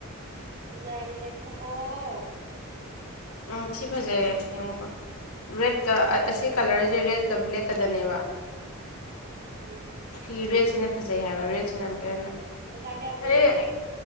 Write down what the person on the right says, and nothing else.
ꯐꯖꯔꯗꯤ ꯂꯩꯥꯊꫭꯡꯑꫭ
ꯎꯝ ꯫
ꯄꯩꯁꯥ ꯀꯌꯥ ꯄꯤꯔꯤꯅꯣ